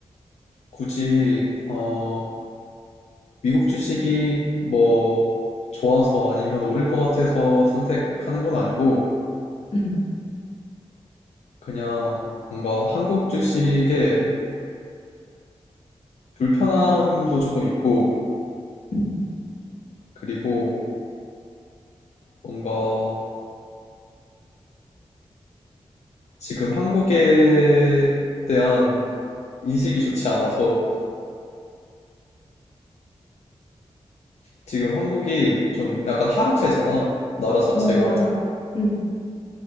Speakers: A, on the left; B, on the left.
A: 굳이 어, 미국 주식이 뭐 좋아서 아니면 오를 것 같아서 선택하는 건 아니고
B: 음,
A: 그냥 뭔가 한국 주식에 불편함도 조금 있고
B: 음.
A: 그리고 뭔가 지금 한국에 대한 인식이 좋지 않아서 지금 한국이 좀 약간 하락세잖아 나라 자체가
B: 맞아, 맞아. 음.